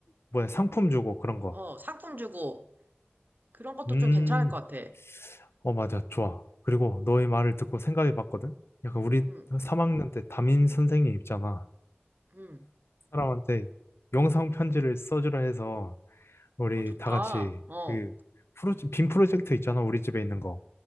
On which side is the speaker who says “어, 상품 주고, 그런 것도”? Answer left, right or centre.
Right